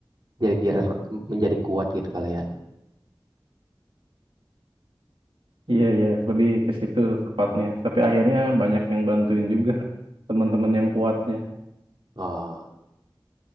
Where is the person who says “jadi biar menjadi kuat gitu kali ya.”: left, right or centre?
Right